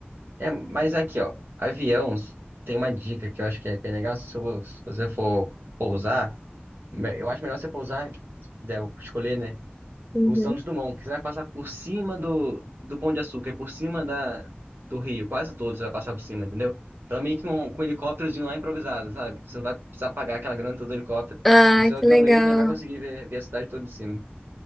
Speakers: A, on the right (about 60°); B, in the centre.
A: É, mas aqui, ó, avião, tem uma dica que eu acho que é bem legal, se vo- se você for pousar, me- eu acho melhor você pousar, se puder escolher, né,
B: Uhum.
A: o Santos Dumont, que você vai passar por cima do, do Pão de Açúcar, e por cima da, do Rio, quase todos você vai passar por cima, entendeu? Então é meio que um, com um helicópterozinho lá improvisado, sabe? Você não vai precisar pagar aquela grana toda do helicóptero.
B: Ah,
A: No seu
B: ah,
A: avião
B: que legal.
A: mesmo, você vai conseguir ver, ver a cidade toda de cima.